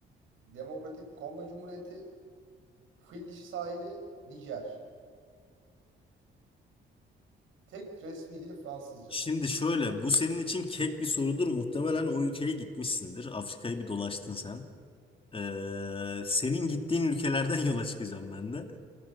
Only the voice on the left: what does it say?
Şimdi şöyle bu senin için kek bir sorudur. Muhtemelen o ülkeye gitmişsindir. Afrika'yı bir dolaştın sen. Ee, senin gittiğin ülkelerden <laughs> yola çıkacağım ben de.